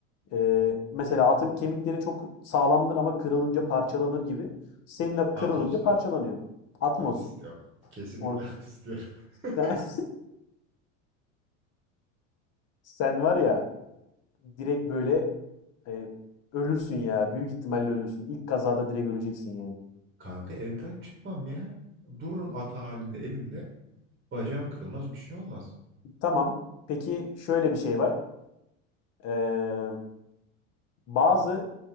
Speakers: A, on the left; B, on the right.
A: e, mesela atın kemikleri çok sağlamdır ama kırılınca parçalanır gibi. Senin de
B: At
A: kırılınca
B: olsun
A: parçalanıyor.
B: at.
A: Atmos.
B: At istiyorum. Kesinlikle
A: Moruk.
B: at istiyorum. <laughs>
A: Sen, Sen var ya direkt böyle e, ölürsün ya. Büyük ihtimalle ölürsün. İlk kazada direkt öleceksin yani.
B: Kanka evden çıkmam ya. Dururum at halimle evimde. Bacağım kırılmaz bir şey olmaz.
A: Tamam. Peki şöyle bir şey var. Ee, bazı